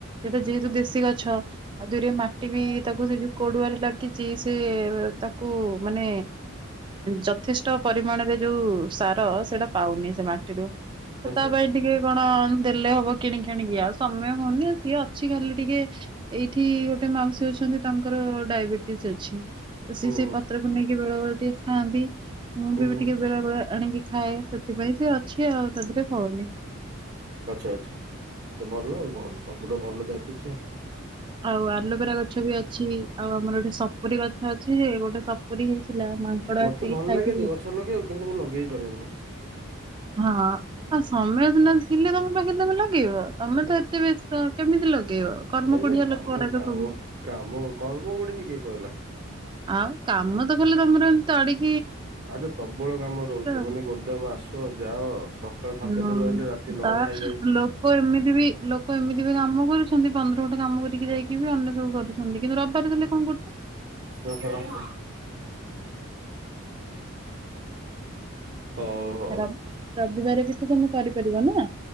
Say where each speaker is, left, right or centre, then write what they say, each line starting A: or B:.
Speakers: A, on the right; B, on the right.
A: ଯେହେତୁ ଦେଶୀ ଗଛ ଗଛ ଆଉ ଦୁଇରେ ମାଟି ବି, ତାକୁ ସେ ଯୋଉ କଡୁଆରେ ଲାଗିଛି ସେ ତାକୁ ମାନେ ଯଥେଷ୍ଟ ପରିମାଣରେ ଯୋଉ ସାର ସେଇଟା ପାଉନି, ସେ ମାଟିରୁ
B: ଆଚ୍ଛା
A: ତା ପାଇଁ ଟିକେ କଣ ଦେଲେ ହବ, କିଣିକିି ଆଣିକି, ଆଉ ସମୟ ହଉନି ସିଏ ଅଛି ଖାଲି ଟିକେ ଏଇ ଏଠି ଗୋଟେ ମାଉସୀ ଅଛନ୍ତି, ତାଙ୍କର ଡାଇବେଟିସ ଅଛି ତ ସି
B: ହୁଁ
A: ସେଇ
B: ହୁଁ
A: ପତ୍ରକୁ ନେଇକି ବେଳେ ବେଳେ ଟିକେ ଖାଆନ୍ତି, ମୁଁ
B: ହୁଁ
A: ବି
B: ହୁଁ
A: ଟିକେ ବେଳେ ବେଳେ ଆଣିକି ଖାଏ, ସେଥିପାଇଁ ସେ ଅ ଅଛି, ଆଉ ତାଦରେ ଫଳୁନି।
B: ଆଛା, ଆଛା, ଭଲ ଆଉ
A: ହୁଁ।
B: ସବୁ ତ ଭଲ ଜାଟିଛି - <unintelligible>
A: ଆଉ ଆଲୋଭେରା ଗଛ ବି ଅଛି ଆଉ ଆମର ଗୋଟେ ସପୁରୀ ଗଛ ଅଛି ଯେ -ଗୋଟେ ସପୁରୀ ଥିଲା, ମାଙ୍କଡ
B: ମତେ
A: ଆସିକି
B: ଭଲ
A: ଖାଇ
B: ଲାଗେ ଯେ ଗଛ ଲଗେଇବାକୁ କିନ୍ତୁ ମୁଁ ଲଗେଇ ପାରେନି
A: ହଁ ଆଉ ସମୟ ସିନା ଥିଲେ ତମ ପାଖରେ ତମ ଲଗେଇବ, ତମେ
B: ହଁ
A: ତ ଏତେ ବ୍ୟସ୍ତ କେମିତି ଲଗେଇବ। କର୍ମ
B: ଏ ସେ
A: କୋଢିଆ
B: କାମ
A: ଲୋକଗୁରାକ
B: କାମ
A: ସବୁ।
B: କାମ କର୍ମ ଗୋଟେ ସେ କିଏ କହିଲା?
A: ଆଉ କାମ ତ ଖାଲି ତମର ଏମିତି ତାଡ଼ିକି
B: <unintelligible> ଁ ଆରେ ପ୍ରବଳ କାମ ରହୁଛି
A: ଆଉ।
B: ମାନେ ଗୋଦାମ ଆସ ଯାଅ ସକାଳ ସାତଟାାରୁ
A: ହଁ
B: ରହିଲେ ରାତି ନଅଟା
A: ତା
B: ହେଇ
A: ଲୋକ ଏମିତି ବି ଲୋକ ଏମିତି େ କାମ କରୁଛନ୍ତି ପନ୍ଦର ଘଣ୍ଟା କାମ କରିକି ଯାଇକି ବି ଅନ୍ୟ ସବୁ କରୁଛନ୍ତି କିନ୍ତୁ ରବିବାର ଦେଲେ କଣ କରୁଛୁ
B: ଓୁଁ ହୁଁ ହଁ। ହଉ ହଉ।
A: ର ରବିବାର ତମେ କରିପାରିବ ନା?